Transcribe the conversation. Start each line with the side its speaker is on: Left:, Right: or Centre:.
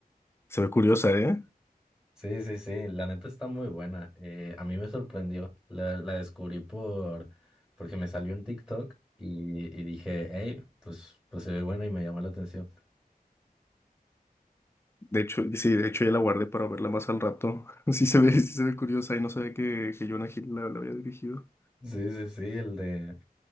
Left: se ve curiosa, ¿eh?
Centre: Sí, sí, sí, la neta está muy buena. Eh, a mí me sorprendió, la, la descubrí por, porque me salió en TikTok y, y dije, hey, pues, pues se ve buena y me llamó la atención.
Left: De hecho, sí, de hecho ya la guardé para verla más al rato. <laughs> Sí se ve, sí se ve curiosa y no sabía que, que Jonah Hill la la había dirigido.
Centre: Sí, sí, sí, el de,